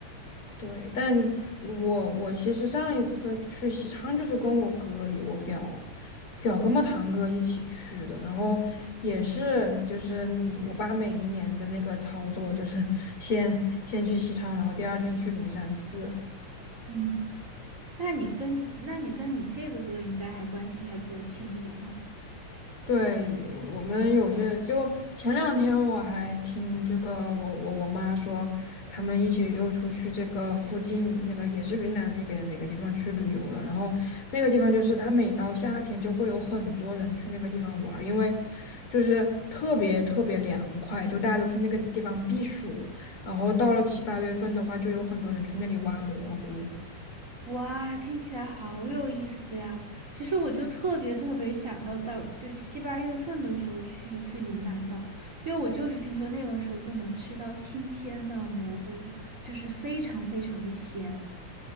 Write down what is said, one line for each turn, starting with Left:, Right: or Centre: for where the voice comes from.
Left: 对，但我我其实上一次去西昌就是跟我哥、我表表哥嘛、堂哥一起去的，然后也是就是我爸每一年的那个操作，就是先先去西昌，然后第二天去灵山寺。
Right: 嗯，那你跟那你跟你这个哥应该还关系还比较亲一点哈。
Left: 对，我们有些就前两天我还听这个我我我妈说，他们一起就出去这个附近那个也是云南那边哪个地方去旅游了，然后那个地方就是它每到夏天就会有很多人去那个地方玩儿，因为就是特别特别凉快，就大家都去那个地方避暑，然后到了七八月份的话，就有很多人去那里挖蘑菇。
Right: 哇，听起来好有意思呀！其实我就特别特别想要到，就七八月份的时候去一次云南的，因为我就是听说那个时候就能吃到新鲜的蘑菇，就是非常非常的鲜。